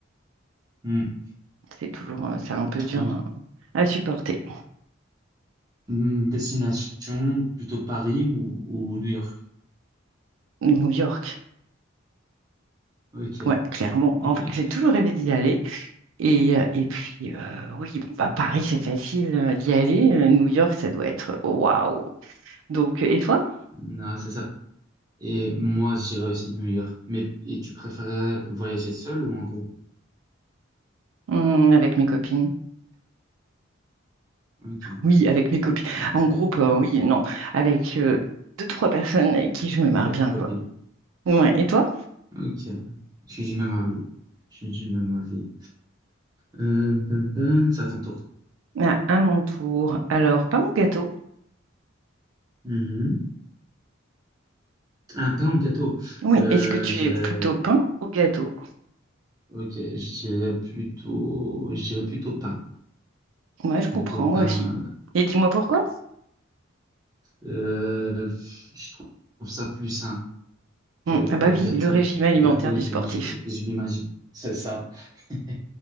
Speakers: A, on the right; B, on the right.
A: Hmm,
B: C'est toujours, euh, c'est un peu dur
A: ok.
B: à, à supporter.
A: Hmm, destination, plutôt Paris ou, ou New York?
B: New York.
A: Ok.
B: Ouais, clairement. En
A: <laughs>
B: fait, j'ai toujours rêvé d'y aller. Et, euh, et puis, euh, oui, bon, bah, Paris, c'est facile euh, d'y aller. Euh, New York, ça doit être waouh! Donc, et toi?
A: Non, c'est ça. Et moi, j'irais aussi de New York. Mais et tu préférais voyager seul ou en groupe?
B: Hum, avec mes copines.
A: Ok.
B: Oui, avec mes copines.
A: Ok,
B: En groupe,
A: ok.
B: euh, oui, non. Avec euh, deux, trois personnes avec qui je me marre
A: Quelques
B: bien,
A: copines.
B: quoi. Ouais. Et toi?
A: Ok. Je suis du même avis. Je suis du même avis. Euh, ben, ben, c'est à ton tour.
B: Ah, à mon tour. Alors, pain ou gâteau?
A: Mhm. Un pain ou gâteau?
B: Oui.
A: Euh,
B: Est-ce que tu
A: je
B: es
A: dirais,
B: plutôt pain ou gâteau?
A: ok, je dirais plutôt, je dirais plutôt pain.
B: Ouais, je
A: Plutôt
B: comprends,
A: pain.
B: moi aussi. Et dis-moi pourquoi?
A: Euh, je trouve ça plus sain que,
B: Hum, Ah
A: que
B: bah
A: le
B: oui,
A: gâteau.
B: le régime alimentaire
A: Le gâteau,
B: du
A: je,
B: sportif.
A: je, je m'imagine. C'est ça. <laughs>